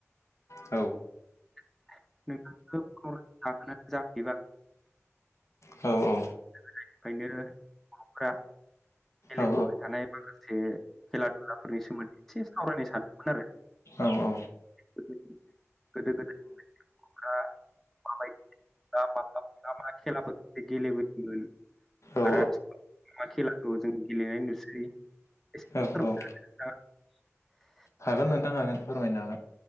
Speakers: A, on the left; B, in the centre.
A: औ।
B: नोंथांनो कल हरनायनि जाहोनानो जाहैबाय
A: औ औ
B: निफ्रायनो बर'फोरा गेलेबोबाय
A: औ
B: थानाय एसे खेला दुलाफोरनि सोमोन्दै एसे सावरायनो सानदोंमोन आरो
A: औ औ
B: गोदो गोदाय फ्रा माबायदि माबा मा मा खेलाफोरखौ गेलेबोयोमोन
A: औ
B: आरो आथिखालावा मा खेलाखौ जों गेलेनाय नुसै एसे
A: औ
B: फोरमायना
A: औ
B: होनो हागोनना नोंथां।
A: हागोन नोंथां हागोन फोरमायनो हागोन।